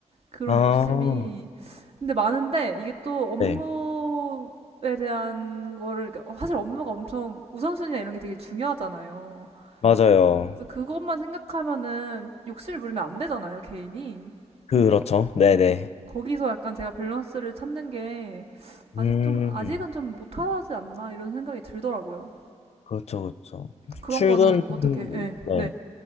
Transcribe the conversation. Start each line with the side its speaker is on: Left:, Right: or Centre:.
Right: 그런
Left: 아,
Right: 욕심이 근데 많은데 이게 또 업무에
Left: 네.
Right: 대한 거를 그러니까 사실 업무가 엄청 우선순위나 이런 게 되게 중요하잖아요.
Left: 맞아요.
Right: 그래서 그것만 생각하면은 욕심을 부리면 안 되잖아요, 개인이.
Left: 그렇죠. 네네.
Right: 음. 거기서 약간 제가 밸런스를 찾는 게 아직
Left: 음,
Right: 좀 아직은 좀 못하지 않나 이런 생각이 들더라고요.
Left: 그렇죠, 그렇죠.
Right: 그런
Left: 출근,
Right: 거는 어떻게? 예,
Left: 네.
Right: 네,